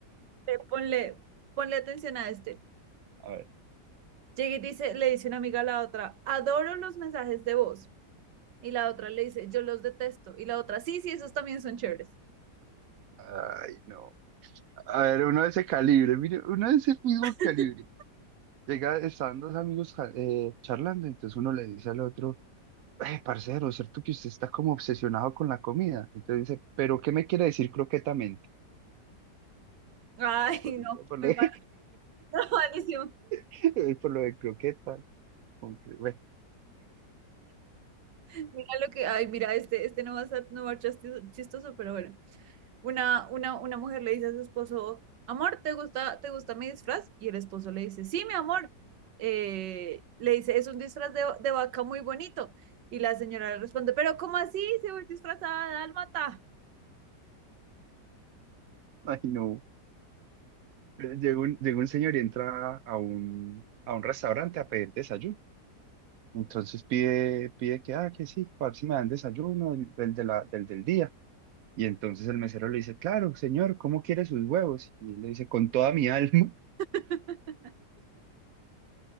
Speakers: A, on the right; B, on the right.
A: eh, ponle, ponle atención a este.
B: A ver.
A: Llega y dice, le dice una amiga a la otra, adoro los mensajes de voz Y la otra le dice, yo los detesto. Y la otra, sí, sí, esos también son chéveres.
B: Ay, no. A ver, uno de ese calibre, mire, uno de ese mismo
A: <laughs>
B: calibre. Llega, estaban dos amigos ca- eh, charlando, entonces uno le dice al otro, eh, parcero, ¿cierto que usted está como obsesionado con la comida? Entonces dice, ¿pero qué me quiere decir croquetamente?
A: Ay,
B: Por,
A: no,
B: por lo
A: muy
B: de,
A: mal, <laughs> malísimo.
B: <laughs> por lo de croqueta. con cre- Bueno,
A: Mira lo que, ay, mira, este, este no va a ser, no va a ser chistoso, chistoso, pero bueno. Una, una, una mujer le dice a su esposo, amor, ¿te gusta, te gusta mi disfraz? Y el esposo le dice, sí, mi amor. Eh, le dice, es un disfraz de, de vaca muy bonito. Y la señora le responde, pero ¿cómo así? Se voy disfrazada de dálmata.
B: ay no. Eh, Llega un, llega un señor y entra a un, a un restaurante a pedir desayuno. Entonces pide, pide que, ah, que sí, para ver si me dan desayuno del, del de la, del del día. Y entonces el mesero le dice, claro, señor, ¿cómo quiere sus huevos? Y él le dice, con toda mi <laughs> alma.
A: <laughs>